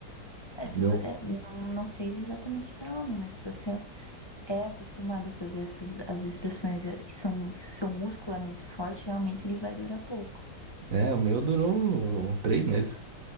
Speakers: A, on the left; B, on the right.
A: É,
B: O
A: se,
B: Meu,
A: vo- é, não, não sei exatamente para homem, mas se você é acostumado a fazer essas as expressões e e são, seu músculo é muito forte, realmente ele vai durar pouco.
B: é, o meu durou três meses.